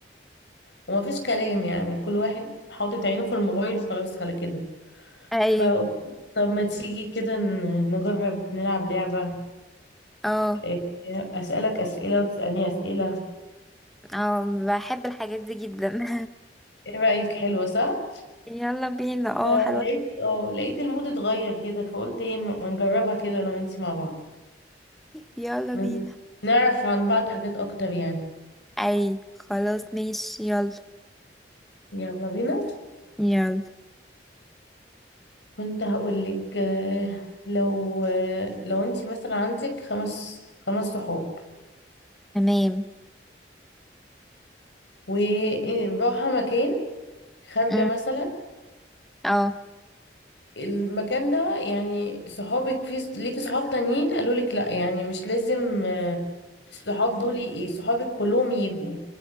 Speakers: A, on the left; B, in the centre.
A: ومفيش كلام يعني كل واحد حاطط عينه في الموبايل وخلاص على كده
B: اي
A: فقلت طب ما تيجي كده ن- نجرب نلعب لعبه
B: اه
A: إيه، اسالك اسئله وتسالني اسئله
B: اه بحب الحاجات دي جدا
A: ايه رايك حلوه صح
B: <laughs> يلا بينا اه
A: فلقيت
B: حلوة جداً.
A: اه لقيت المود اتغير كده فقلت ايه ما ما نجربها كده انا وانتي مع بعض
B: يلا
A: ن-
B: بينا
A: نعرف عن بعض حاجات اكتر يعني
B: اي خلاص ماشي يلا
A: يلا بينا
B: يلا
A: كنت هقولك آه، لو آه، لو انت مثلا عندك خمس خمس صحاب
B: تمام
A: وراحة مكان خارجة
B: أم،
A: مثلا
B: اه
A: والمكان ده يعني صحابك في ليكي صحاب تانيين قالوا لك لا يعني مش لازم آه، الصحاب دول ايه صحابك كلهم يجوا